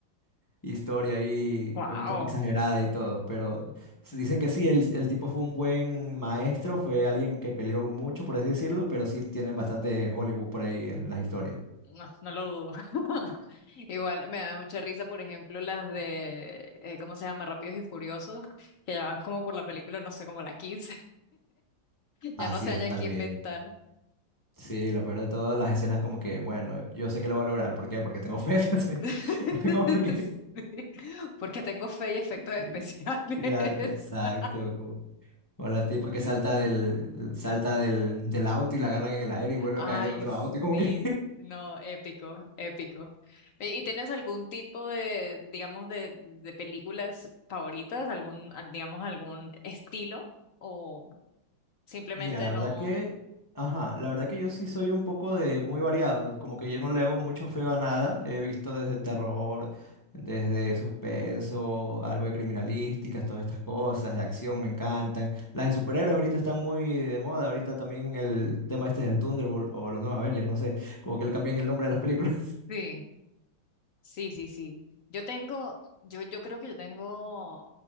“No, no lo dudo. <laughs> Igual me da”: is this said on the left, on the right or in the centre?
Left